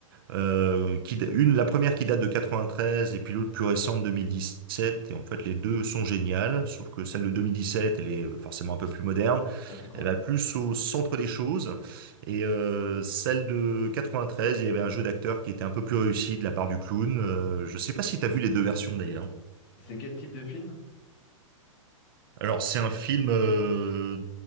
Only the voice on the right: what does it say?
euh, qui, une, la première qui date de 93 et puis l'autre plus récente 2017. Et en fait, les deux sont géniales, sauf que celle de 2017, elle est forcément un peu plus moderne.
Elle va plus au centre des choses. Et euh, celle de 93, il y avait un jeu d'acteur qui était un peu plus réussi de la part du clown. Euh, je sais pas si t'as vu les deux versions d'ailleurs.
Alors, c'est un film. euh,